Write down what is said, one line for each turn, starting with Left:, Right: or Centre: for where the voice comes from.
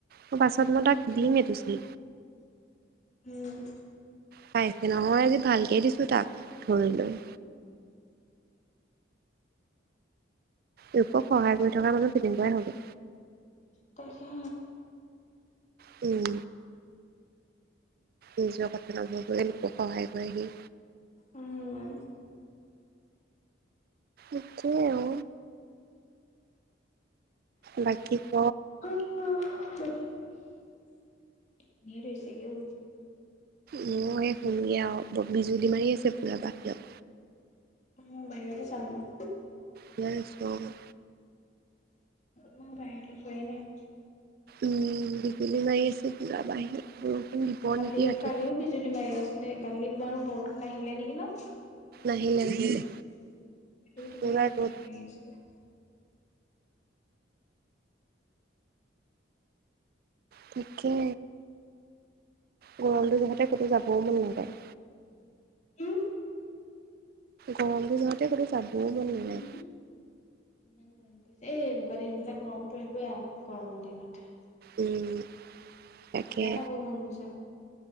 Right: মই পাছত মই
Left: উম
Right: তাক
Left: উম,
Right: দিম এইটো চেইন
Left: উম।
Right: পাইছে নহয় আজি ভালকে দিছো তাক ধৰি লৈ।
Left: উম।
Right: লোকক সহায় কৰি থকা মানুহ তেনেকুৱাই হ'ব
Left: তাকেহে।
Right: উম। নিজৰ কথা নাভাবাকে লোকক সহায় কৰে সি।
Left: উম।
Right: একেই অ। বাকী ক?
Left: টোপনিয়ে ধৰিছেগে ঔ
Right: মইও এ শুমগে আও বিজুলী মাৰি আছে পোৰা বাহিৰত।
Left: উম বাহিৰত আছা মানে?
Right: বাহিৰত আছো অঁ।
Left: মই বাহিৰলৈ যোৱাই নাই।
Right: উম বিজুলি মাৰি আছে পোৰা বাহিৰত বৰষুণ দিব
Left: কালি
Right: নেকি ৰাতি।
Left: কালিও বিজুলী মাৰি আছে দেই কালি বাৰু বৰষুণ নাহিলে নেকি ন?
Right: নাহিলে
Left: কালিও
Right: নাহিলে
Left: তেনেকে
Right: পুৰা
Left: বিজুলি
Right: ৰ'দ।
Left: মাৰি আছিলে।
Right: তাকে। গৰমটো যহতে ক'তো যাবও মন নাযায়।
Left: হুম?
Right: গৰমটো যহতে ক'তো যাবও মন
Left: উম
Right: নাযায়।
Left: ইমান গৰম পৰিছে। এ এনেকুৱা দিন ইমান গৰম পৰিবই আৰু গৰমৰ দিনত।
Right: উম।
Left: কঁঠাল
Right: তাকে
Left: হে খাব মন গৈছে।